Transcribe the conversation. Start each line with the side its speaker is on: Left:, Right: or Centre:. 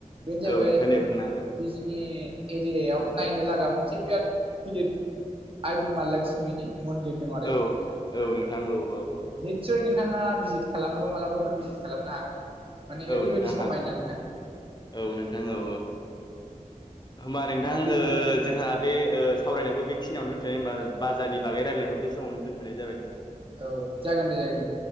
Right: बेनो जाहैबाय
Left: औ नोंथां दे बुंनो हागोन
Right: बिजनि एरियायाव नायनो लागा मोनसे बिआद गिदिर आइ बिमा लक्ष्मिनि मन्दिर दं आरोखि
Left: औ
Right: नोंथां
Left: औ
Right: ओ
Left: नोंथां औ औ
Right: निचसाइ थाङा भिजिट खालामाबा मालाबाफोर भिजिट खालामनो हागोन। माने
Left: औ
Right: ओरैबायदि
Left: नोंथां
Right: समायना
Left: हाख
Right: नोंथां
Left: औ नोंथां औ औ। होमबा नोंथां
Right: आं बे
Left: ओ जोंहा बे ओ सावरायनायखौ बेखनियावनो दोनथ'नाय होमबा बाजारनि बागैायलायनाय बे समावनो दोनथ'नाय जाबाय नोंथा
Right: औ जागोन दे जागोन